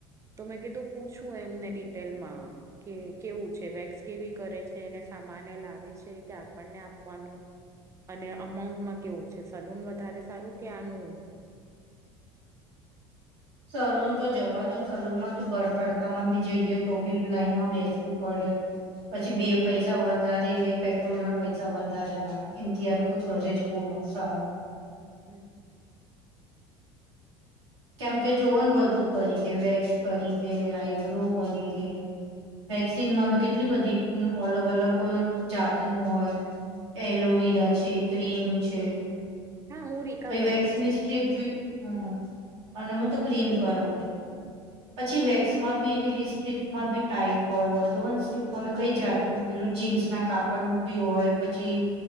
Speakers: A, on the right; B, on the right.
A: તો મેં કીધું પૂછું એમને ડિટેલ માં. કે કેવું છે વેક્સ કેવી કરે છેને સામાન લાવે છે કે આપણને આપવાનું. અને અમાઉન્ટમાં કેવું છે સલૂન વધારે સારું કે આનું.
B: સલૂન તો જવા દો ને સલૂનમાં તો ભર તડકામાં ભી જઈએ તો બી લાઈનમાં બેસવું પડે પછી બે પૈસા વધારે લે પેટ્રોલ ના પૈસા વધારે લાગે એમ. તો ઘરે જ બોલાવ સાર.
A: હમ હમ.
B: કેમકે જોન બધું કરી દે વેક્સ કરી દે આઈબ્રો કરી દે. વેક્સિનમાં બી કેટલી બધી અલગ અલગ જાતનું હોય. એલોવેરા છે ક્રીમ છે.
A: હા હું રીકા
B: તો
A: કરાવું
B: વેક્સની
A: છું
B: સ્ટ્રીપ બી હ અને હું તો ક્રીમ કરાવું છું.
A: હ.
B: પછી વેક્સમાં બી પેલી સ્ટ્રીપમાં બી ટાઈપ હોય જોને સ્ટ્રીપમાં બી કઈ જાતનું. પેલું જીન્સ ના કાપડ ન બી હોય પછી.